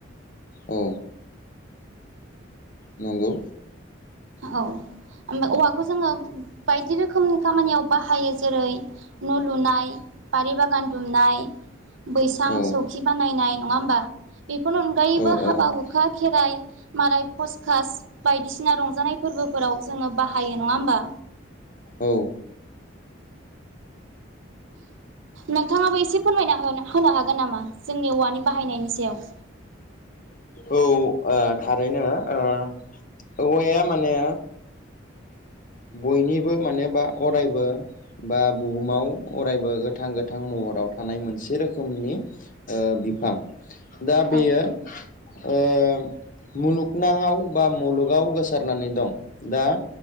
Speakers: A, on the left (about 45°); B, on the right (about 80°).
A: औ नंगौ।
B: औ ओमफ्राय औवाखौ जोङो बायदि रोखोमनि खामानियाव बाहायो जेरै न' लुनाय, बारि बागान दुमनाय। बैसां
A: औ
B: सौखि बानायनाय नङा होमबा? बेफोरनि अनगायैबो
A: औ
B: हाबा-
A: औ
B: हुखा खेराइ माराय फसकास बायदिसिना रं नाजानाय फोरबोफोराव जोङो बाहायो नङा होमबा?
A: औ
B: नोंथाङाबो एसे फोरमायना होनो हागोन नामा जोंनि औवानि बाहायनायनि सायाव।
A: औ ओ ओ थारैनो ओ औवाया माने बयनिबो मानोबा अरायबो बा बुहुमाव अरायबो गोथां -गोथां महराव थानाय मोनसे रोखोमनि ओ बिफां दा
B: औ
A: बेयो ओ मुलुगनङाव बा मुलुगाव गोसारनानै दं। दा